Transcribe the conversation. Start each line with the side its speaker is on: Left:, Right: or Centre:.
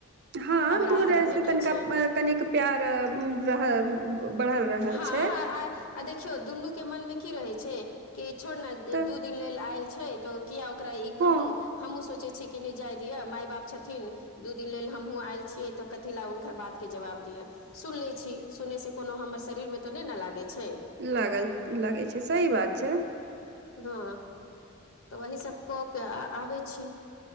Right: हँ
Left: आब
Right: दूर
Left: राहत
Right: रहै
Left: भेटै
Right: से तनिका
Left: छै
Right: कनिक प्यार बढ़ल रहल
Left: हँ आ
Right: छै।
Left: आ देखियौ दुन्नू के मन मे की रहे छै कि छोड़ ने
Right: तऽ
Left: दू दिन लेल आयल छै तऽ किया ओकरा ई
Right: हँ
Left: कहू हमहहुँ सोचै छीय कि नहि जाय दि य माय बाप छथिन। दू दिन लेल हमहूँ आयल छियै तऽ कथी लए हुनकर बातके जवाब दियअन। सुन ले छी सुनयसँ कोनो हमर शरीरमे तऽ नहि ने लागैत छै।
Right: लागल लागै छै सही बात छै।
Left: हँ तऽ वही सब कऽ के आबै छी।